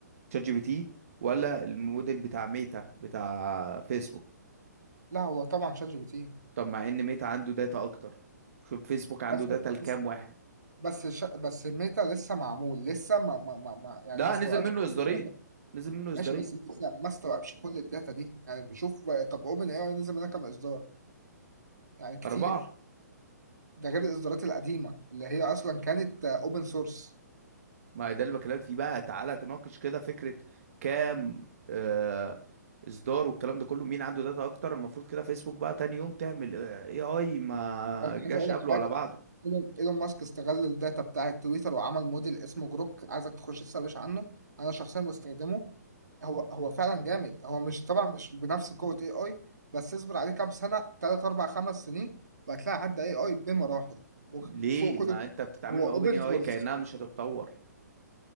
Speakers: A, on the right (about 55°); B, on the right (about 75°).
A: تشات جي بي تي ولا الموديل بتاع ميتا بتاع فيسبوك
B: لا هو طبعا شات جي بي تي
A: طب مع ان ميتا عنده داتا اكتر شوف فيسبوك عنده
B: بس
A: داتا لكام
B: بس
A: واحد
B: بس ش... بس ميتا لسه معمول لسه ما ما ما ما- يعني
A: لا
B: ما استوعبش
A: نزل منه اصدارين
B: كل الداتا
A: نزل منه اصدارين
B: ماشي بس لسه ما استوعبش كل الداتا دي يعني بشوف طب اوبن اي اي نزل منها كام اصدار يعني كتير
A: اربعة
B: ده غير الاصدارات القديمه اللي هي اصلا كانت اوبن سورس
A: ما هي ده اللي بكلمك فيه بقى تعالى ناقش كده فكرة كام آه اصدار والكلام ده كله مين عنده داتا اكتر المفروض كده فيسبوك بقى تاني يوم تعمل اي اي ما
B: عايز
A: جاش
B: اقول لك
A: قبله
B: حاجه
A: ولا بعده
B: ايلون إيلون ماسك استغل الداتا بتاعه تويتر وعمل موديل اسمه جروك عايزك تخش تسرش عنه انا شخصيا بستخدمه هو هو فعلا جامد هو مش طبعا مش بنفس قوه اي اي بس اصبر عليه كام سنه 3 4 5 سنين وهتلاقي عدى اي اي بمراحل وفوق
A: ليه ما
B: كل
A: انت بتتعامل
B: هو
A: مع
B: اوبن
A: اوبن اي اي
B: سورس
A: كأنها مش هتتطور